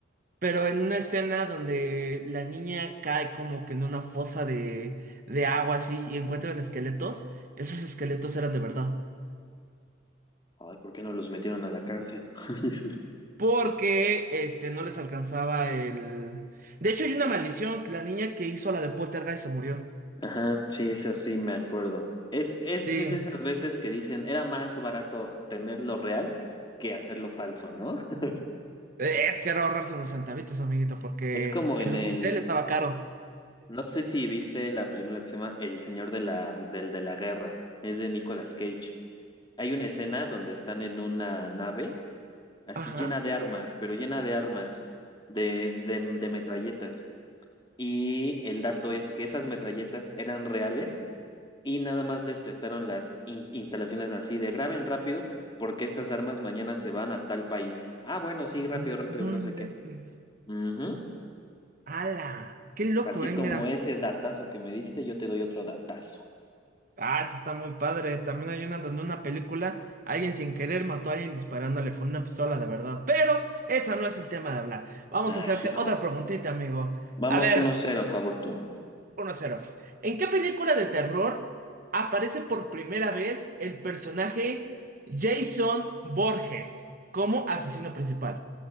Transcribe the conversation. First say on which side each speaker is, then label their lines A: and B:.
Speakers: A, on the right (about 45°); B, on the left (about 25°).
A: Pero en una escena donde la niña cae como que en una fosa de, de agua así y encuentran esqueletos, esos esqueletos eran de verdad.
B: Ay, ¿por qué no los metieron a la cárcel? <laughs>
A: porque este, no les alcanzaba el... De hecho, hay una maldición, que la niña que hizo la de Poltergeist se murió.
B: Ajá, sí, eso sí me acuerdo. Es, es,
A: Sí,
B: es de esas veces que dicen, era más barato tenerlo real que hacerlo falso, ¿no? <laughs>
A: es que era ahorrarse unos centavitos, amiguito, porque
B: Es como
A: el
B: en el,
A: unicel estaba caro.
B: no sé si viste la película que se llama El Señor de la, del, de la Guerra, es de Nicolas Cage. Hay una escena donde están en una nave así
A: Ajá.
B: llena de armas, pero llena de armas, de, de, de metralletas. Y el dato es que esas metralletas eran reales y nada más les prestaron las in- instalaciones así de graben rápido porque estas armas mañana se van a tal país. Ah, bueno, sí, rápido,
A: No
B: rápido, que no
A: inventes.
B: sé qué. Ujú.
A: ¡Hala! ¡Qué loco,
B: Así
A: eh!
B: como
A: Mira.
B: ese datazo que me diste, yo te doy otro datazo.
A: Ah, sí está muy padre. También hay una donde una película, alguien sin querer mató a alguien disparándole con una pistola de verdad. Pero esa no es el tema de hablar. Vamos
B: Ah,
A: a hacerte
B: hijo.
A: otra preguntita, amigo.
B: Vamos
A: A ver.
B: uno cero favor tú.
A: Uno cero. ¿En qué película de terror aparece por primera vez el personaje Jason Borges como asesino principal?